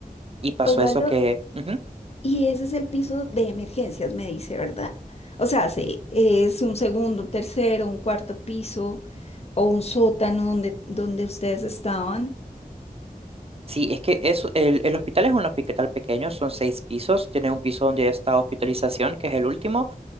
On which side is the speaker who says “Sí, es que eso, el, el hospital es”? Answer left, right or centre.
Right